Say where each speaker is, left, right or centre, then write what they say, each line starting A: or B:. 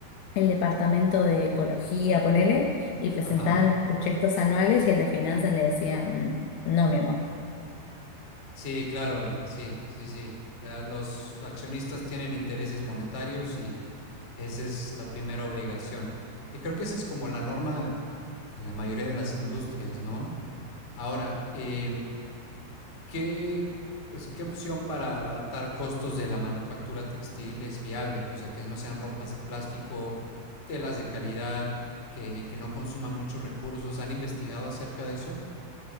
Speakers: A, on the left; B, on the left.
A: el departamento de ecología, ponele, y presentaban
B: Ajá.
A: los proyectos anuales y el de finanzas le decía, "Mm, no, mi amor.
B: Sí, claro, eh, sí, sí, sí. La- los accionistas tienen intereses monetarios y esa es la primera obligación. Y creo que esa es como la norma en la mayoría de las industrias, ¿no? Ahora, eh, ¿qué, o sea, qué opción para abaratar costos de la manufactura textil es viable? O sea, que no sean ropas de plástico, telas de calidad, que, que no consuman muchos recursos. ¿Han investigado acerca de eso?